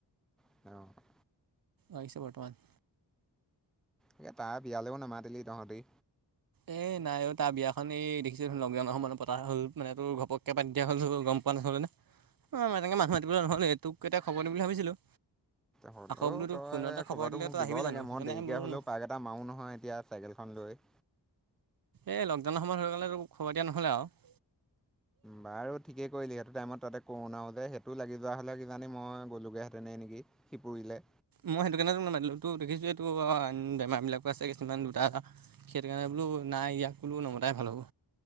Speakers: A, in the centre; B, on the right (about 55°).
A: <unintelligible>
B: আহিছে বৰ্তমান।
A: এ তাৰ বিয়ালেও নামাতিলি তহঁতি।
B: এই নাই অ, তাৰ বিয়াখন এই দেখিছয়ে চোন লকডাউনৰ সময়ত পতা হ'ল মানে তোৰ ঘপ্পকে পতি দিয়া হ'ল' হৈ গ'ল গম <unintelligible> অ, এনেকে মানুহ মাতিবলে নহলে টোক এটা খবৰ দিম বুলি ভাবিছিলোঁ।
A: হ'লেও
B: আকৌ বোলো তোক
A: তই
B: ফোনতে
A: খবৰ
B: দিলে
A: তো মোক
B: তই
A: দিব
B: আহিবি জানো
A: লাগে
B: সেইকাৰণে
A: মই দেৰিকে
B: বোলো
A: হ'লেও পাই যাম। এটা মাও নহয় এতিয়া চাইকেলখন লৈ।
B: এই লকডাউনৰ সময় হৈ গ'লেতো খবৰ দিয়া নহ'লে আৰু।
A: বাৰু ঠিকেই কৰিলি সেইতো টাইমত তাতে কৰোনাও যে সেইটো লাগি যোৱা হ'লে কিজানি মই গ'লোগেহেঁতেনই নেকি। সিপুৰিলে
B: মই সেইটো কাৰণে তোক নামাতিলোঁ তো দেখিছোঁয়ে এইটো বেমাৰ বিলাকো আছে কিছুমান দুটা, এটা। সেইটো কাৰণে বোলো নাই ইয়াক বোলো নমতাই ভাল হ'ব।